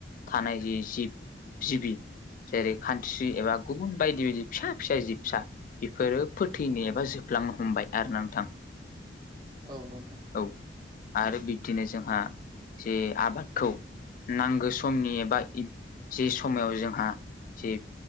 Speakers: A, on the left; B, on the right.
A: थानाय जि जिब जिबि जेरै खान्स्रि
B: औ
A: एबा गुबुन बायदि बिबायदि फिसा फिसा जिबसा बेफोरो फोथैनो एबा जोबलांनो हमबाय आरो ना नोंथां।
B: औ नंगौ नोथां।
A: औ आरो बिब्दिनो जोंहा जे आबादखौ नांगौ समनि एबा इ जि समाव जोंहा जि